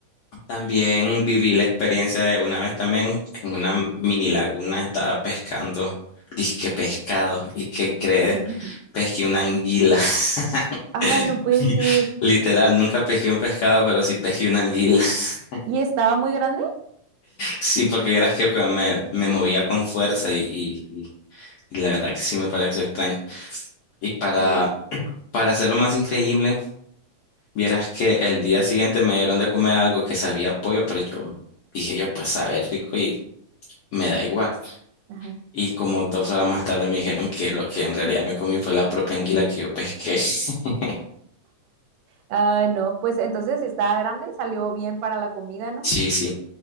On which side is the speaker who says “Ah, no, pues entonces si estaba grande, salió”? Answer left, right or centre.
Right